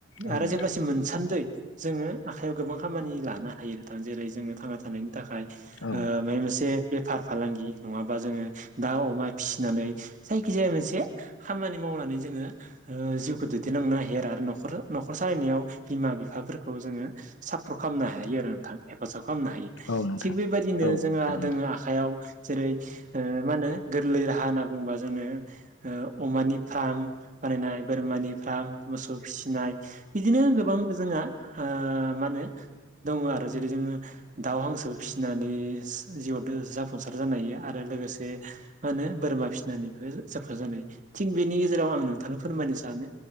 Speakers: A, on the left; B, on the right.
A: औ
B: आरो
A: नोंथां
B: जेब्लासिम मोनसान्दै जोङो आखाइयाव गोबां खामानि लानो हायो जेरै जोङो थांना थानायनि थाखाय
A: औ
B: ओ माबा मोनसे बे बेफार फालांगि नङाबा जोङो दा अमा फिसिनानै जायखिजाया मोनसे खामानि मावनानै जोङो ओ जिउखौ दैदेनलांनो हायो आरो न'खर न'खर सालायनायाव बिमा बिफाफोरखौ जोङो सापर्ट खालामनो हायो आरो नोंथां हेफाजाब खालामनो हायो
A: औ नोंथां
B: थिग बेबायदिनो
A: औ
B: जोंहा
A: औ थारैनो
B: दोङो आखयाव जेरै ओ मा होनो गोरलै राहा होनना बुङोबा जोङो ओ अमानि फार्म बानायनाय बोरमानि फार्म मोसौ फिसिनाय बिदिनो गोबां जोंहा ओ मा होनो दङ आरो जेरै जोङो दाउ हांसो फिसिनानै जिउआव जाफुंसार जानो हायो आरो लोगोसे मा होनो बोरमा फिसिनानैबो जाफुंसार जानाय थिग बेनि गेजेराव आं नोंथांनो फोरमायनो सानो